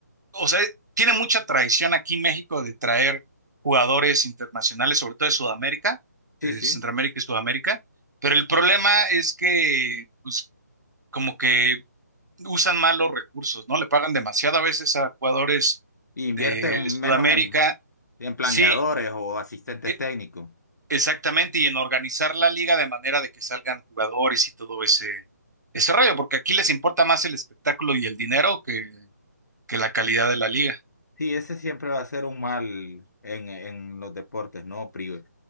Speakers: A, on the right (about 75°); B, on the left (about 70°).
A: o sea, tiene mucha tradición aquí México de traer jugadores internacionales, sobre todo de Sudamérica,
B: Sí,
A: de
B: sí.
A: Centroamérica y Sudamérica, pero el problema es que, pues, como que usan mal los recursos, ¿no? Le pagan demasiado a veces a jugadores
B: Y
A: de
B: invierte un-
A: Sudamérica.
B: menos en, en planeadores
A: Sí.
B: o asistentes
A: e-
B: técnicos.
A: Exactamente, y en organizar la liga de manera de que salgan jugadores y todo ese, ese rollo, porque aquí les importa más el espectáculo y el dinero que, que la calidad de la liga.
B: Sí, ese siempre va a ser un mal en, en los deportes, ¿no? Pri-